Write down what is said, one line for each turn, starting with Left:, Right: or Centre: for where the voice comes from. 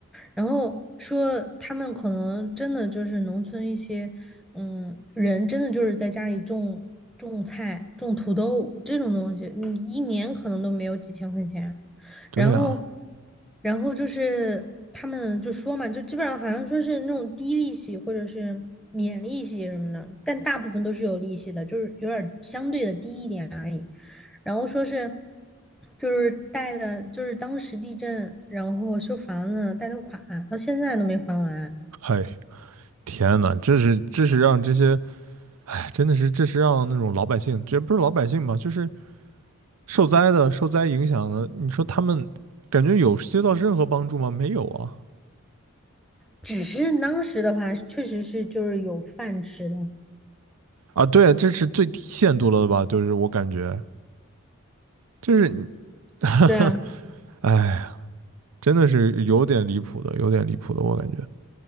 Centre: 然后说他们可能真的就是农村一些，嗯，人真的就是在家里种种菜、种土豆这种东西，你一年可能都没有几千块钱。
Right: 对啊，
Centre: 然后，然后就是他们就说嘛，就基本上好像说是那种低利息或者是免利息什么的，但大部分都是有利息的，就是有点儿相对的低一点而已。然后说是就是贷的，就是当时地震，然后修房子贷的款，到现在都没还完。
Right: 嗨，天呐，这是这是让这些，哎，真的是这是让那种老百姓，这不是老百姓吧，就是受灾的、受灾影响的，你说他们感觉有接到任何帮助吗？没有啊！
Centre: 只是当时的话，确实是就是有饭吃的。
Right: 啊，对，这是最低限度了的吧？就是我感觉，就是你，<laughs>
Centre: 对啊，
Right: 哎，真的是有点离谱的，有点离谱的，我感觉。